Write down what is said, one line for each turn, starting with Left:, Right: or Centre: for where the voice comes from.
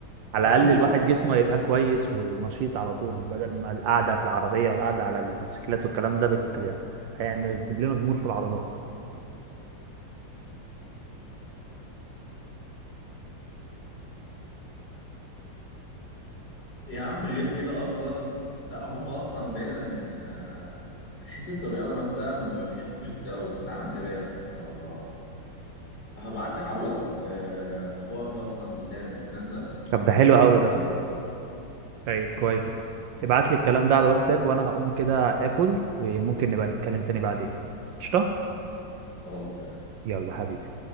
Right: على
Left: لا
Right: الاقل
Left: ويخافوا
Right: الواحد جسمه يبقى كويس ونشيط على طول بدل ما القعده في العربيه والقعده على الموتوسيكلات والكلام ده بت... هيعمل يعني بيجيب لنا ضمور في العضلات
Left: يا عم غير كده اصلا لا هم اصلا بعيدا آه، حته الرياضه نفسها ما بيحبوش التلوث العالم دي رايقه في نفسها والله العظيم هبعت لك على الواتس آه، صورك اصلا من لا- لهولندا
Right: طب
Left: هتحبها
Right: ده حلو
Left: قوي
Right: قوي ده
Left: بس
Right: طيب كويس ابعت لي الكلام ده على الواتساب وانا هقوم كده اكل وممكن نبقى نتكلم تاني بعدين قشطة
Left: خلاص
Right: يلا حبيبي